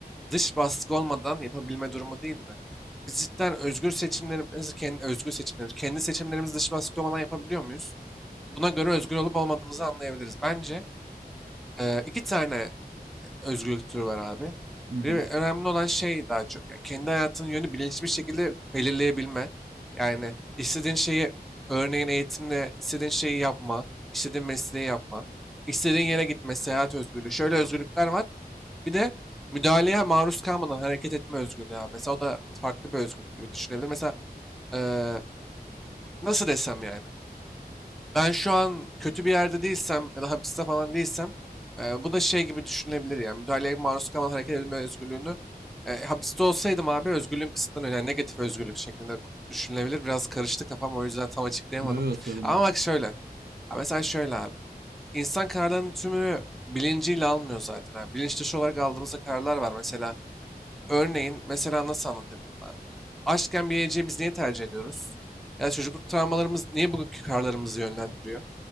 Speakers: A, in the centre; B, on the right.
A: dış baskı olmadan yapabilme durumu değil mi? Biz cidden özgür seçimlerimizi, kendi, özgür seçimlerimizi, kendi seçimlerimizi dış baskı olmadan yapabiliyor muyuz? Buna göre özgür olup olmadığımızı anlayabiliriz. Bence e, iki tane özgürlükleri var abi.
B: Hı hı.
A: Bir önemli olan şey daha çok yani kendi hayatının yönü bilinçli bir şekilde belirleyebilme. Yani istediğin şeyi örneğin eğitimle istediğin şeyi yapma, istediğin mesleği yapma, istediğin yere gitme, seyahat özgürlüğü. Şöyle özgürlükler var. Bir de müdahaleye maruz kalmadan hareket etme özgürlüğü. abi. Mesela o da farklı bir özgürlük gibi düşünebilir. Mesela eee, nasıl desem yani. Ben şu an kötü bir yerde değilsem ya da hapiste falan değilsem e, bu da şey gibi düşünülebilir yani müdahaleye maruz kalan hareket edilme özgürlüğünü e, hapiste olsaydım abi özgürlüğüm kısıtlanıyor yani negatif özgürlük şeklinde düşünülebilir. Biraz karıştı kafam o yüzden tam açıklayamadım.
B: Yok sorun
A: Ama
B: değil.
A: bak şöyle ha mesela şöyle abi insan kararlarının tümünü bilinciyle almıyor zaten abi. Bilinç dışı olarak aldığımızda kararlar var mesela örneğin mesela nasıl anlatabilirim abi? Aşkken bir yiyeceği biz niye tercih ediyoruz? Ya da çocukluk travmalarımız niye bugünkü kararlarımızı yönlendiriyor?